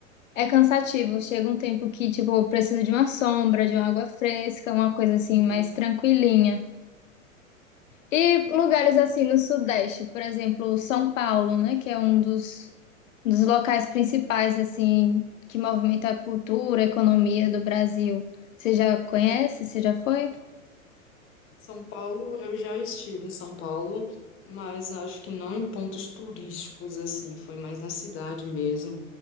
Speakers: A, on the left; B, on the left.
A: é cansativo. Chega um tempo que, tipo, eu preciso de uma sombra, de uma água fresca, uma coisa assim,
B: Sim.
A: mais tranquilinha. E lugares assim no Sudeste, por exemplo, São Paulo, né, que é um dos, dos locais principais assim que movimenta a cultura, a economia do Brasil. Você já conhece? Você já foi?
B: São Paulo, eu já estive em São Paulo, mas acho que não em pontos turísticos, assim, foi mais na cidade mesmo.